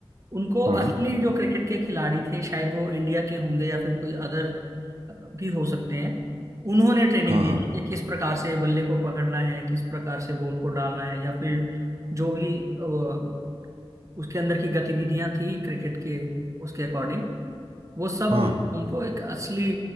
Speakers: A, on the right (about 30°); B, on the right (about 80°).
A: उनको
B: हाँ
A: असली जो क्रिकेट के खिलाड़ी थे शायद वो इंडिया के होंगे या फिर कोई अदर भी हो सकते हैं उन्होंने ट्रेनिंग
B: हाँ
A: दी
B: हाँ हाँ
A: थी कि किस प्रकार से बल्ले को पकड़ना है किस प्रकार से बॉल को डालना है या फील्ड जो भी अ, उसके अंदर की गतिविधियां थी क्रिकेट के उसके अकॉर्डिंग वो सब
B: हाँ
A: उन, उनको एक असली